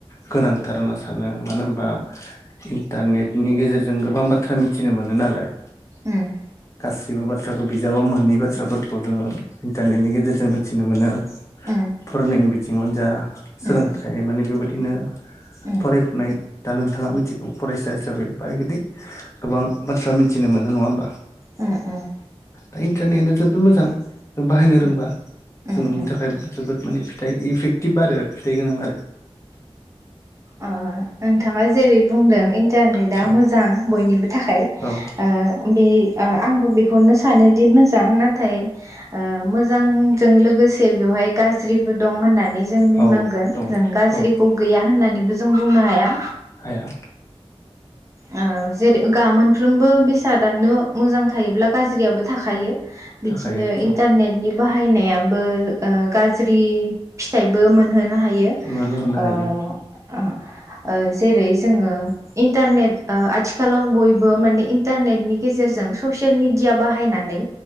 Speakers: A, on the left; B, on the right.
A: गोनांथार होनना सानो मानो होनबा इन्टारनेटनि गेजेरजों गोबां बाथ्रा मिथिनो मोनो नालाय
B: उम
A: गासिबो बाथ्राखौ बिजाबाव मोनै बाथ्राफोरखौ जोङो इन्टारनेटनि गेजेरजों जों मिथिनो मोनो
B: उम
A: फरायनायनि बिथिङावनो जा
B: उम
A: सोलोंथाइ माने बेबायदि बिदिनो
B: उम उम
A: फरायफुनाय दा नोंथाङा मिथिगौ फरायसा हिसाबै बा बिदि गोबां बाथ्रा मिथिनो मो नो नङा होमबा
B: उम उम
A: दा इन्टारनेटआ जोबोद मोजां जों बाहायनो रोंबा
B: उम उम
A: जोंनि
B: उम
A: थाखाय जोबोद माने फिथाइ इफेक्टिभ आरो फिथाइ गोनां आरो
B: ओ नोंथाङा जेरै बुंदों इन इन्टारनेटा
A: औ
B: मोजां बयनिबो थाखाय
A: औ
B: ओ बे ओ आंबो बेखौनो सा नोदि मोजां नाथाय ओ मोजांजों लोगोसे बेवहाय गाज्रिबो दं होननानै नै जों बुंनांगोन
A: औ दङ
B: जों गाज्रिखौ
A: औ
B: गैया होननानैबो जों बुंनो हाया।
A: हाया
B: औ जेरै ग मोनफ्रोमबो बेसादानो मोजां थायोब्ला गाज्रियाबो थाखायो।
A: थाखायो
B: बिदिनो इन्टारनेटनि
A: औ
B: बाहायनायाबो ओ गाज्रि फिथाइबो मोनहोनो हायो
A: मानो होनो
B: ओ
A: हायो
B: जेरै जोङो इन्टारनेट ओ आथिखालाव बय बो माने इन्टारनेटनि गेजेरजों ससियेल मिडिया बाहायनानै